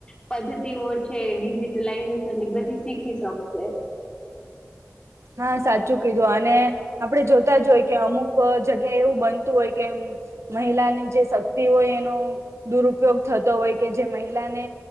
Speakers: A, on the left; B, on the right.
A: પદ્ધ તીઓ છે ડિજિટલાઈઝેશન બધી શીખી શકશે
B: હા સાચું કીધું અને આપડે જો તા જ હોય કે અમુક જગ્યા એવું બનતું હોય કે મહિલાની જે શક્તિ હોય એનો દુરુપયોગ થતો હોય કે જે મહિલાને